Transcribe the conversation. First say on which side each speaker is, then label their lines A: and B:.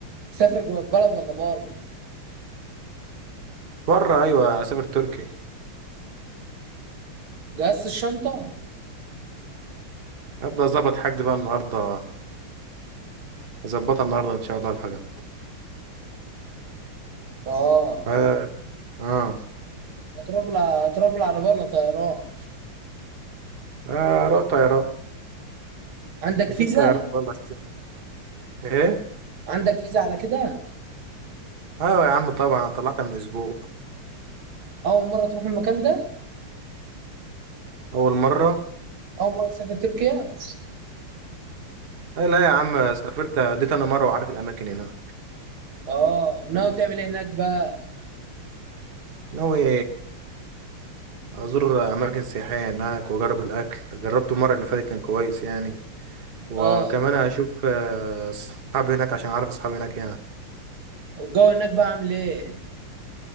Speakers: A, on the right; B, on the right.
A: تسافر جوه البلد ولا بره
B: بره ايوه اسافر تركي
A: جهزت الشنطه
B: هبدا اظبط حاجتي بقى النهارده اظبطها النهارده ان شاء الله الحاجه
A: اه
B: اه اه
A: هتروح بالع- هتروح بالعربيه ولا طيران
B: آه، رأي طيران
A: عندك
B: اكيد
A: فيزا
B: طيران بره بس ايه
A: عندك فيزا على كده
B: ايوه يا عم طبعا انا طلعتها من اسبوع
A: اول مره تروح المكان ده
B: اول مره
A: اول مره تسافر تركيا
B: أه لا يا عم سافرت اديت انا مره وعارف الاماكن هناك
A: اه ناوي تعمل ايه هناك بقى
B: ناوي ازور اماكن سياحيه هناك واجرب الاكل جربته المره اللي فاتت كان كويس يعني وكمان
A: اه
B: اشوف آه، اصحابي هناك عشان اعرف اصحابي هناك يعني
A: والجو هناك بقى عامل ايه؟